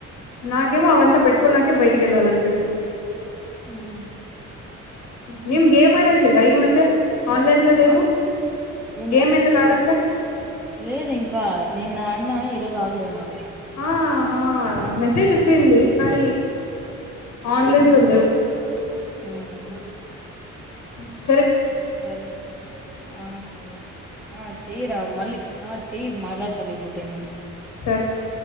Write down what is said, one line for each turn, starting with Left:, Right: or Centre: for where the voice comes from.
Left: నాకేమో అవంతా పెట్టుకున్నాకే బయటికి వెళ్ళాలనిపిస్తుంది
Centre: ఉమ్.
Left: మేము గేమ్ ఆడట్లేదా ఈ మధ్య ఆన్లైన్ లో లేవు
Centre: ఆ ఏందిరా
Left: గేమ్ ఎందుకు ఆడట్లే
Centre: లేదు ఇంకా నిన్నా ఆడినా ఈరోజు ఆడలేదు
Left: ఆ హా మెసేజ్ వచ్చింది కానీ ఆన్లైన్ లో లేవు
Centre: అలా షి షాప్ లో బాల్
Left: అ
Centre: సరే ఆ సరే ఆ చేయ్యిరా మళ్ళి ఆ చేయ్ మాట్లాడతాలే ఇప్పుడు టెన్ మినిట్స్
Left: సార్